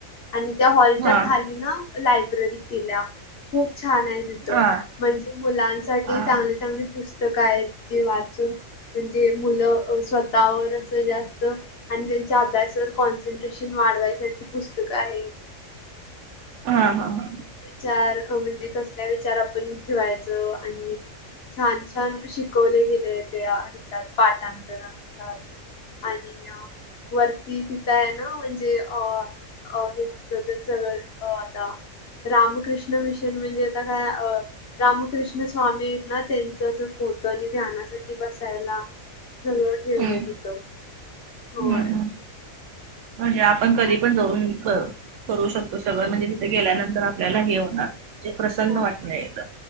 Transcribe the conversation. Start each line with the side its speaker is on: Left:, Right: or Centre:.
Left: आणि त्या हॉलच्या
Right: हा
Left: खाली ना लायब्ररी केल्या. खूप छान आहे तिथं.
Right: हा
Left: म्हणजे मुलांसाठी
Right: हा
Left: चांगले चांगले पुस्तक स्तक आहेत. जे वाचून म्हणजे मुलं स्वतःवर असं जास्त आणि त्यांच्या अभ्यासावर कॉन्सन्ट्रेशन वाढवायसाठी पुस्तकं आहेत.
Right: हा हा हा.
Left: चार म्हणजे कसल्या विचार आपण ठेवायच आणि छान छान शिकवले गेले त्या विचार. पाठांतरानुसार आणि वर ती तिथं आहे ना, म्हणजे अ हेन सगळं अ आता रामकृष्ण मिशन म्हणजे आता काय रामकृष्ण स्वामी ना त्यांच फोटो आणि ध्यानासाठी. बसायला सगळं ठेवलय
Right: हम्म
Left: तिथ होय.
Right: हम्म म्हणजे आपण कधी
Left: आणि
Right: पण जाऊन करू शकतो सगळं
Left: होय
Right: म्हणजे तिथे गेल्यानंतर आपल्याला हे होणारे प्रसन्न
Left: होय
Right: वाटलं येत.